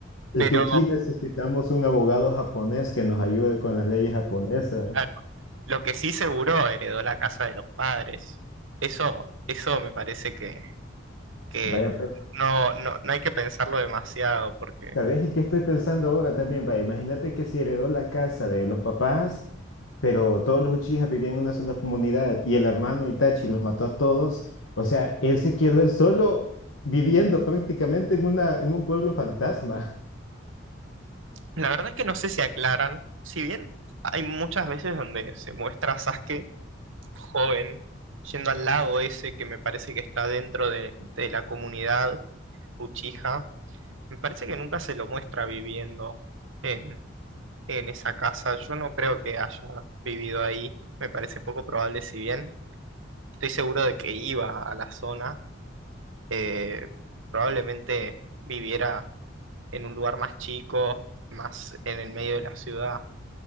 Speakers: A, on the left; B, on the right.
A: Es
B: Pero,
A: que aquí necesitamos un abogado japonés que nos ayude con las leyes japonesas.
B: claro, Lo que sí seguro heredó la casa de los padres. Eso, eso me parece que, que
A: Vaya
B: no, no, no hay que pensarlo demasiado porque
A: ¿Sabes en qué estoy pensando ahora también? Va, imagínate que si heredó la casa de los papás, pero todos los Uchijas vivían en una sola comunidad y el hermano Itachi los mató a todos. O sea, él se quedó él solo viviendo prácticamente en una, en un pueblo fantasma. <laughs>
B: la verdad es que no sé si aclaran, si bien hay muchas veces donde se muestra a Sasuke joven yendo al lago ese que me parece que está dentro de, de la comunidad Uchiha, me parece que nunca se lo muestra viviendo en, en esa casa. Yo no creo que haya vivido ahí, me parece poco probable si bien. Estoy seguro de que iba a la zona. eh, probablemente viviera en un lugar más chico, más en el medio de la ciudad.